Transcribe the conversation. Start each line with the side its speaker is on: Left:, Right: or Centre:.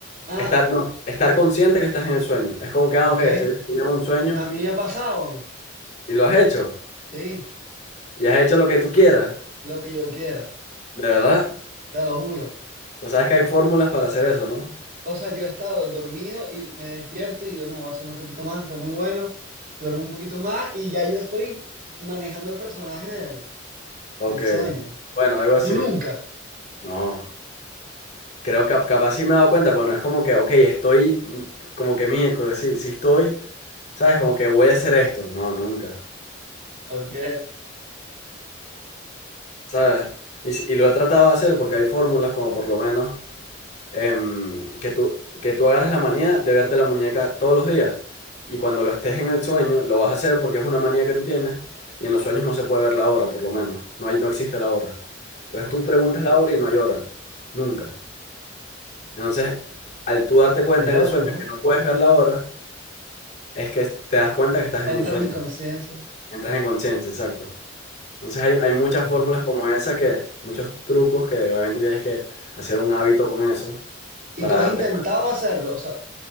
Right: Ah,
Left: Estar, no, estar consciente que estás en el sueño. Es como que, ah,
Right: ok.
Left: ok, estoy, estoy en un sueño
Right: A mí me ha pasado,
Left: y lo has hecho.
Right: sí,
Left: Y has hecho lo que tú quieras.
Right: lo que yo quiera,
Left: ¿De verdad?
Right: te lo juro.
Left: O sabes que hay fórmulas para hacer eso, ¿no?
Right: O sea, yo he estado dormido y me despierto y digo, no, voy a hacer un ratico más, está muy bueno. Duermo un poquito más y ya yo estoy manejando el personaje del,
Left: Ok,
Right: del sueño.
Left: bueno, algo así.
Right: Tú nunca.
Left: No, creo que cap- capaz sí me he dado cuenta, pero no es como que, ok, estoy mm, como que miércoles, sí, sí estoy, ¿sabes? Como que voy a hacer esto. No, nunca,
Right: Ok.
Left: ¿sabes? Y, si- y lo he tratado de hacer porque hay fórmulas como por lo menos em, que tú, que tú agarras la manía de verte la muñeca todos los días y cuando lo estés en el sueño lo vas a hacer porque es una manía que tú tienes y en los sueños no se puede ver la hora, por lo menos. No hay, no existe la hora. Entonces
Right: Ok.
Left: tú preguntas la hora y no hay hora, nunca. Entonces, al tú darte cuenta
Right: Qué loco,
Left: en el sueño
Right: ¿no?
Left: que no puedes ver la hora, es que te das cuenta que estás en un
Right: Entras
Left: sueño.
Right: en conciencia.
Left: Entras en conciencia, exacto. Entonces hay, hay muchas
Right: Ok.
Left: fórmulas como esa que, muchos trucos que obviamente tienes que hacer un hábito con eso
Right: Y
Left: para
Right: tú
Left: darte
Right: has intentado
Left: cuenta.
Right: hacerlo, o sea,